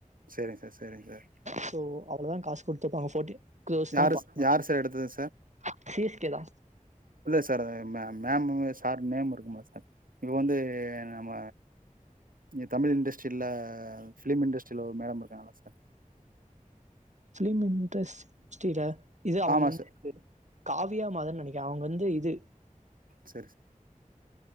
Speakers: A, on the right (about 85°); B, on the right (about 55°).
A: சரிங்க சார் சரிங்க சார்
B: சோ... அவ்ளதாங் காச் குடுத்துப்பாங்க ஃபோர்ட்டின் கோஎஸ்தா
A: யாரு
B: பாக்கனுமே
A: யார் சார் எடுத்தது
B: <unintelligible> சிஎஸ்கோ தா
A: இல்ல சார் மே மேமுமே சார் மேமு இருக்கும்ல சார் இப்போ வந்து நம்ம இங்க தமிழ் இண்டஸ்ட்ரியில்லா ஃபிலிம் இண்டஸ்ட்ரியில ஒரு மேடம் இருக்காங்களா சார்
B: ஃபிலிம் இண்டஸ்ட்ரில இது அவங்க
A: ஆமாம்
B: வந்து
A: சார்
B: இது காவியா மாதன்னு நினைக்கே அவங்க வந்து இது
A: செரி சா